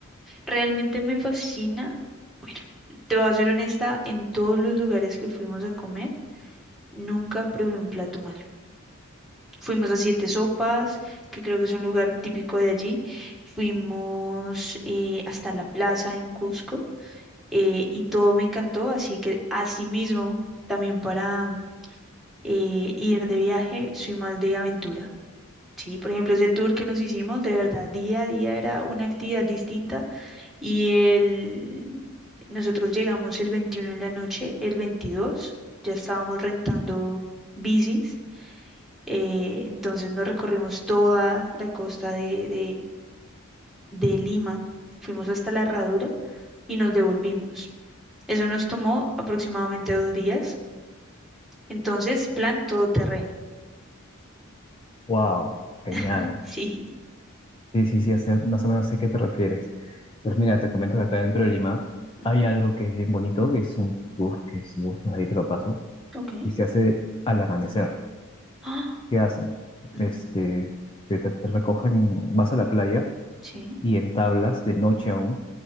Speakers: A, in the centre; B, on the left (about 25°).
A: Realmente me fascina. Bueno, te voy a ser honesta, en todos los lugares que fuimos a comer, nunca probé un plato malo. Fuimos a Siete Sopas, que creo que es un lugar típico de allí. Fuimos eh, hasta la plaza en Cusco eh, y todo me encantó, así que asimismo, también para mm, eh, ir de viaje, soy más de aventura. Sí, por ejemplo, ese tour que nos hicimos, de verdad, día a día era una actividad distinta y el... nosotros llegamos el 21 en la noche, el 22 ya estábamos rentando bicis, eh, entonces nos recorrimos toda la costa de, de de Lima, fuimos hasta la Herradura y nos devolvimos. Eso nos tomó aproximadamente dos días. Entonces, plan todoterreno.
B: Wow, genial.
A: <laughs> Sí.
B: Sí, sí, sí, hace- más o menos sé a qué te refieres. Pues mira, te comento que acá dentro de Lima
A: Ujú,
B: hay algo que es bien bonito, que es un tour que si gustas ahí te lo paso,
A: Ok.
B: y se hace al amanecer.
A: Ah,
B: ¿Qué hacen?
A: ujú,
B: Este, te, te- te recogen, vas a la playa
A: Sí,
B: y en tablas, de noche aún,